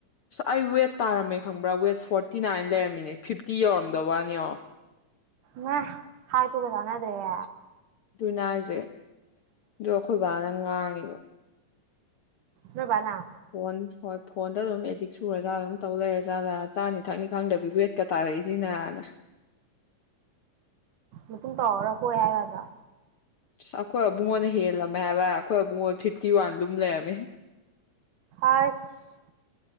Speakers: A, on the left; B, on the right.
A: ꯑꯥꯏꯋꯦꯠ ꯇꯥꯔꯝꯃꯦ ꯈꯪꯕ꯭ꯔꯥ ꯋꯦꯠ ꯐꯣꯔꯇꯤ ꯅꯥꯏꯅ ꯂꯩꯔꯝꯃꯤꯅꯦ ꯐꯤꯐꯇꯤ ꯌꯧꯔꯝꯗꯕ ꯋꯥꯅꯤ
B: ꯃ ꯍꯥꯏ ꯇꯨꯒꯁꯅꯗ ꯔꯦ
A: ꯅꯥꯏꯖꯦ ꯣ ꯑꯩꯈꯣꯏ ꯚꯅ ꯉꯥꯡꯉꯤꯕ
B: ꯅꯕꯂ
A: ꯐꯣꯟ ꯍꯣꯏ ꯐꯣꯟꯗ ꯑꯗꯨꯝ ꯑꯦꯗꯤꯛ ꯁꯨꯔꯖꯥꯠ ꯑꯗꯨꯝ ꯇꯧ ꯂꯩꯔ ꯖꯥꯠ ꯆꯥꯅꯤ ꯊꯛꯅꯤ ꯈꯪꯗꯕꯤ ꯋꯦꯠꯀ ꯇꯥꯔꯛꯏꯁꯤꯅꯅ
B: ꯃꯇꯨꯡ ꯇꯧꯔꯔꯥ ꯍꯣꯏ ꯍꯥꯏꯒꯗ꯭ꯔꯥ
A: ꯆ ꯑꯩꯈꯣꯏ ꯑꯕꯨꯡꯉꯣꯟꯅ ꯍꯦꯜꯂꯝꯃꯦ ꯍꯥꯏꯕ ꯑꯩꯈꯣꯏꯣꯏ ꯐꯤꯐꯇꯤ ꯋꯥꯟ ꯂꯨꯝ ꯂꯩꯔꯝꯃꯤ
B: ꯑꯁ